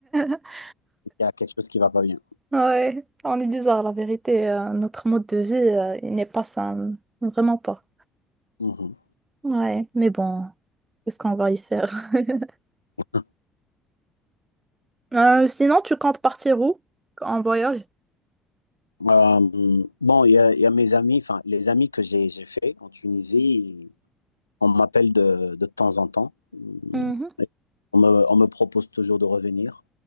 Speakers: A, on the right; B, on the left.
A: <laughs>
B: Il y a quelque chose qui va pas bien.
A: Ouais, on est bizarre, la vérité. euh, notre mode de vie, euh, il n'est pas sain. Vraiment pas.
B: Mhm.
A: Ouais, mais bon, qu'est-ce qu'on va y faire? <laughs>
B: <laughs>
A: Euh, sinon, tu comptes partir où? En voyage?
B: Euh, bon, il y a, il y a mes amis, enfin, les amis que j'ai j'ai fait en Tunisie, on m'appelle de, de temps en temps. Mm.
A: Mhm.
B: Et On me, on me propose toujours de revenir